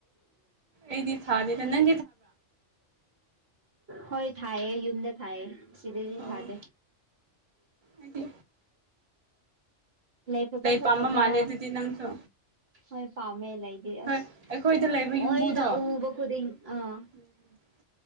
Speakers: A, on the right (about 30°); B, on the right (about 55°).
A: ꯑꯩꯗꯤ ꯊꯥꯗꯦꯗ ꯅꯪ
B: ꯍꯣꯏ ꯊꯥꯏꯌꯦ ꯌꯨꯝꯗ ꯊꯥꯏꯌꯦ ꯁꯤꯗꯗꯤ
A: ꯑꯣ
B: ꯊꯥꯗꯦ
A: ꯑꯩꯗꯤ
B: ꯂꯩ ꯐꯖ ꯐꯖꯕ
A: ꯄꯥꯝꯕ ꯃꯥꯜꯂꯦ ꯑꯗꯨꯗꯤ ꯅꯪꯁꯨ
B: ꯍꯣꯏ ꯄꯥꯝꯃꯦ ꯂꯩ ꯌꯦ ꯑꯁ
A: ꯍꯣꯏ ꯑꯩꯈꯣꯏꯗ ꯂꯩꯕ
B: ꯂꯣꯏꯅ
A: ꯌꯨꯝꯕꯨꯗꯣ
B: ꯑꯎꯕ ꯈꯨꯗꯤꯡ
A: <inaudible>
B: ꯑꯥ